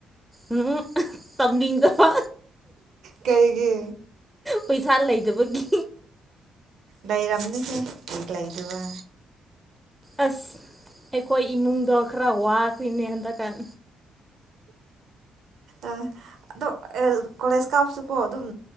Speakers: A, in the centre; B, on the right (about 60°).
A: ꯎꯝ ꯇꯝꯅꯤꯡꯗꯕꯥ
B: ꯀꯔꯤꯒꯤ
A: ꯄꯩꯁꯥ ꯂꯩꯗꯕꯒꯤ
B: ꯂꯩꯏꯔꯝꯅꯤꯁꯦ ꯀ ꯂ ꯂꯩꯗꯕ
A: ꯑꯁ ꯑꯩꯈꯣꯏ ꯏꯃꯨꯡꯗꯣ ꯈꯔ ꯋꯥꯈ꯭ꯣꯏꯅꯦ ꯍꯟꯗꯛꯀꯥꯟ
B: ꯑꯥ ꯑꯗꯣ ꯀꯣꯂꯦꯖ ꯀꯥꯞꯁꯨꯀꯣ ꯑꯗꯨꯝ